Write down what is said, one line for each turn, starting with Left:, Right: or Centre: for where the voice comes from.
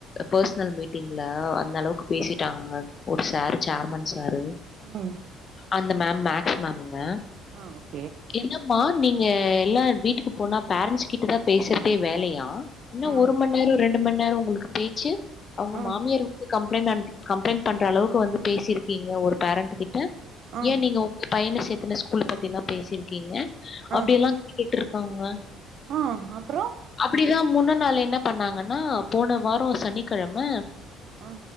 Left: பர்ஸ்னல் மீட்டிங்ல அந்த அளவுக்கு பேசிட்டாங்கங்க ஒரு சார் சேர்மன் சார் ஆ
Right: ம்
Left: அந்த மேம் மேக்ஸ் மேமுங்க
Right: ஆ ஒக்
Left: என்னம்மா நீங்க எல்லா வீட்டுக்கு போனா பேரன்ஸ் கிட்ட தா பேசறதே வேலையா என்ன
Right: ஆ
Left: ஒரு மணி நேரோ ரெண்டு மணி நேரோ உங்குளுக்கு பேச்சு அவுங்க
Right: ஆ
Left: மாமியார் வந்து கம் பிளைன் கம்ளைண்ட் பண்ற அளவுக்கு வந்து பேசிருக்கீங்க ஒரு பேரண்ட் கிட்ட
Right: ஆ
Left: ஏன்‌ நீங்க உங்ளுக் பையண சேத்துன ஸ்கூல் பத்தி எல்லா பேசிருக்கீங்க
Right: ஆ
Left: அப்டியெல்லா கேட்டுருக்காங்க
Right: ஆ அப்றோ
Left: அப்டிதா முன்னன் நாள் என்ன பண்ணாங்கன்னா போன வாரோ சனிக்கெழம
Right: ஆ